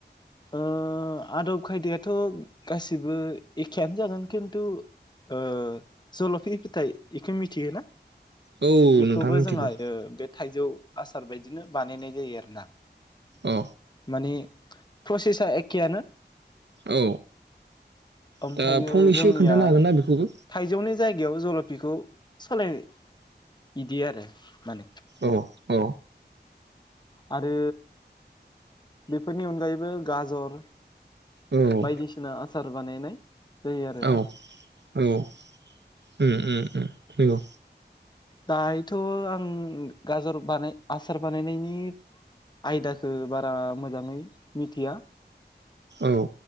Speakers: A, on the left; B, on the right.
A: ओ आदब खायदायाथ' गासिबो एखेयानो जागोन खिन्थु ओ जल'फि फिथाइ इखो मिथियोना?
B: औ
A: इखौबो
B: नोंथां मिथिगौ
A: जोंहायो बे थाइजौ आसार बायदिनो बानायनाय जायो आरोना
B: अ
A: माने फ्रसेसा एखेआनो।
B: औ
A: ओमफ्रायो
B: दा फंनैसो
A: जोंनिया
B: खोन्थानो हागोन ना बेखौबो
A: थाइजौनि जायगायाव जल'पिखौ सालाय बिदि आरो माने।
B: अ अ अ
A: आरो बेफोरनि अनगायैबो गाजर
B: औ
A: बायदिसिना आसा सार बानायनाय। जायो आरोना
B: औ औ। उम उम उम नंगौ।
A: दायोथ' आं गाजर बानाय आसार बानायनायनि आयदाखो बारा मोजाङै मिथिया
B: औ